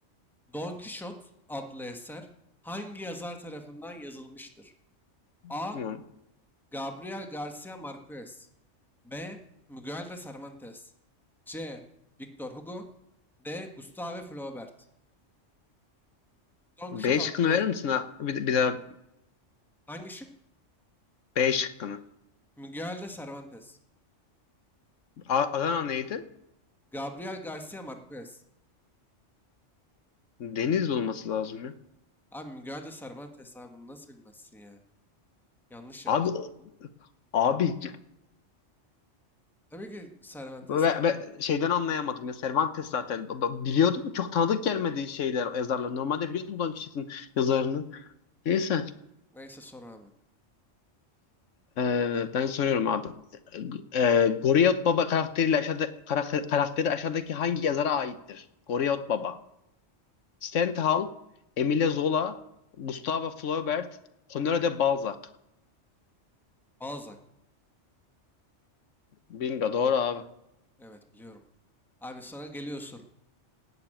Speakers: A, in the centre; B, on the left.
A: Don Kişot adlı eser hangi yazar tarafından yazılmıştır? A.
B: Tamam.
A: Gabriel Garcia Marquez B. Miguel de Cervantes. C. Victor Hugo. D. Gustave Flaubert. Don
B: B
A: Quixote
B: şıkkını
A: adlı yazı.
B: verir misin? ha? Bir, de- bir daha
A: Hangi şık?
B: B şıkkını.
A: Miguel de Cervantes.
B: A- Adana neydi?
A: Gabriel Garcia Marquez.
B: Deniz olması lazım ya.
A: Abi Miguel de Cervantes abi bunu nasıl bilmezsin ya? Yanlış yaptın.
B: Abi o- abi
A: Tabii ki Cervantes
B: ve,
A: abi.
B: ve şeyden anlayamadım ya. Cervantes zaten B- b- biliyordum. Çok tanıdık gelmedi şeyler yazarlar. Normalde biliyordum Don Quixote'ın yazarını. Neyse.
A: Neyse sor abi.
B: Ee, ben soruyorum abi. Ee, Goriyot Baba karakteriyle aşağıda, karak- karakteri aşağıdaki hangi yazara aittir? Goriyot Baba. Stendhal, Emile Zola, Gustave Flaubert, Honoré de Balzac.
A: Balzac.
B: Bingo doğru abi.
A: Evet biliyorum. Abi sana geliyor soru.